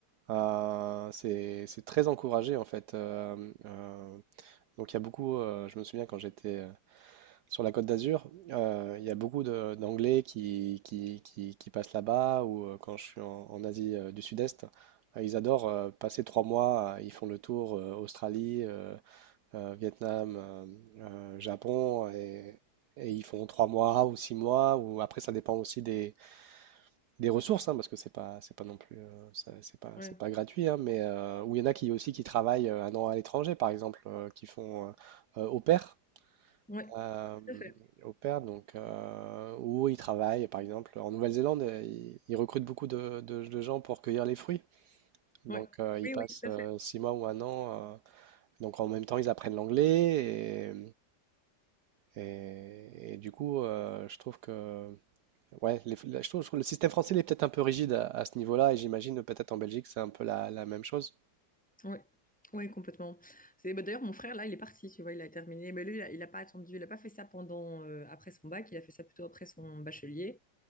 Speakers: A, on the right; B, in the centre.
A: euh, c'est c'est très encouragé en fait. Euh, euh, donc il y a beaucoup, euh, je me souviens quand j'étais euh, sur la Côte d'Azur, euh, il y a beaucoup de- d'Anglais qui, qui, qui, qui passent là-bas ou euh, quand je suis en, en Asie euh, du Sud-Est, euh, ils adorent euh, passer trois mois, euh, ils font le tour euh, Australie, euh, euh, Vietnam, euh, euh, Japon et, et ils font trois mois ou six mois ou après ça dépend aussi des des ressources, hein, parce que c'est pas, c'est pas non plus, euh, ça- c'est pas,
B: ouais.
A: c'est pas gratuit, hein, mais euh, où il y en a qui aussi qui travaillent euh, un an à l'étranger, par exemple, euh, qui font euh, euh, au pair,
B: Ouais,
A: euh,
B: tout à fait.
A: au pair, donc euh, où ils travaillent, par exemple, en Nouvelle-Zélande, euh, ils, ils recrutent beaucoup de, de- de gens pour cueillir les fruits, donc
B: Ouais.
A: euh, ils
B: Oui,
A: passent
B: oui, tout à
A: euh,
B: fait.
A: six mois ou un an, euh, donc en même temps ils apprennent l'anglais et, et- et du coup, euh, je trouve que Ouais, les- la- je trouve, je trouve le système français il est peut-être un peu rigide à, à ce niveau-là, et j'imagine peut-être en Belgique c'est un peu la, la même chose.
B: Ouais. Oui, complètement. C'est bah, d'ailleurs mon frère là, il est parti, tu vois, il a terminé. Mais lui, il a, il a pas attendu, il a pas fait ça pendant euh, après son bac, il a fait ça plutôt après son bachelier.